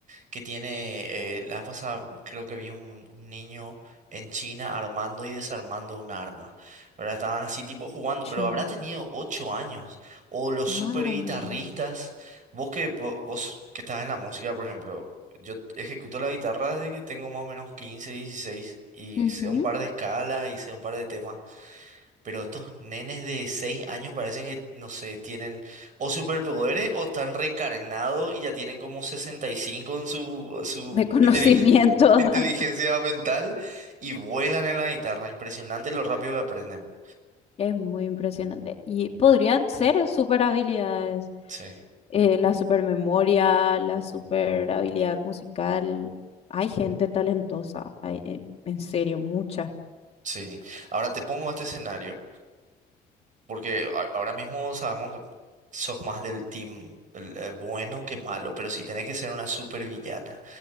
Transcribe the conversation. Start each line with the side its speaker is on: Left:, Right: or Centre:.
Right: que tiene, eh, la pasada creo que vi un, un niño en China armando y desarmando un arma, ¿verdad? Estaban así tipo jugando,
Left: Che,
Right: pero habrá tenido ocho años. O los super
Left: madre
Right: guitarristas,
Left: mía.
Right: vos que, vo- vos, que estás en la música, por ejemplo, yo ejecuto la guitarra desde que tengo más o menos 15, 16 y
Left: Ujú.
Right: sé un par de escalas y sé un par de temas. Pero estos nenes de 6 años parecen que, no sé, tienen o superpoderes o están reencarnados y ya tienen como 65 en su, su
Left: De conocimiento.
Right: inteli- <laughs> inteligencia
Left: <laughs>
Right: mental y vuelan en la guitarra. Impresionante lo rápido que aprenden.
Left: Es muy impresionante. Y podrían ser super habilidades.
Right: Sí,
Left: eh, la super memoria, la super habilidad musical. Hay gente talentosa. Hay, eh, en serio, mucha.
Right: sí. Ahora te pongo este escenario, porque a- ahora mismo sabemos que sos más del team el- eh, bueno que malo, pero si tenés que ser una supervillana.